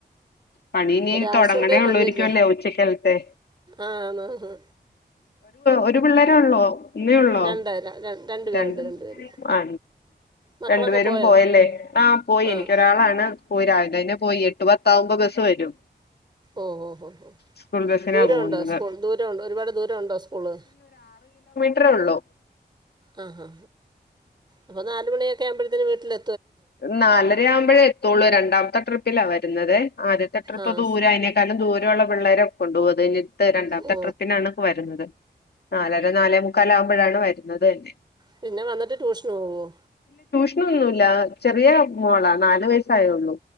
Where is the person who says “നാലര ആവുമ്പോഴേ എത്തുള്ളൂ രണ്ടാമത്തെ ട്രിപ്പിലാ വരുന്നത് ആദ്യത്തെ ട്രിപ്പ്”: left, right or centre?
Left